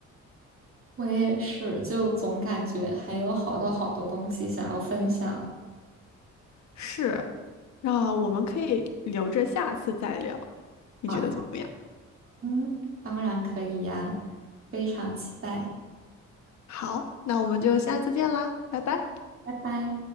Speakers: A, on the right; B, on the left.
A: 我也是，就总感觉还有好多好多东西想要分享
B: 是，那我们可以留着下次再聊。你觉得怎么样？
A: 啊。嗯，当然可以呀，非常期待，
B: 好，那我们就下次见啦，拜拜。
A: 拜拜。